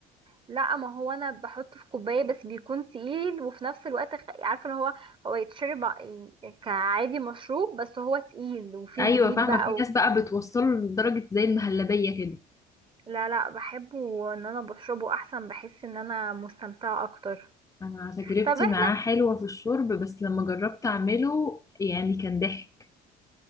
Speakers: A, on the right (about 30°); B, on the left (about 15°).
A: لا ما هو انا بحطه في كوبايه بس بيكون تقيل وفي نفس الوقت خ- عارفه اللي هو هو يتشرب ع- كعادي مشروب بس هو تقيل وفيه
B: ايوه
A: زبيب
B: فاهمه
A: بقى
B: في
A: و...
B: ناس بقى بتوصله لدرجه زي المهلبيه كده
A: لا لا بحبه ان انا بشربه احسن بحس ان انا مستمتعه اكتر
B: انا تجربتي
A: طب احنا
B: معاه حلوه في الشرب بس لما جربت اعمله يعني كان ضحك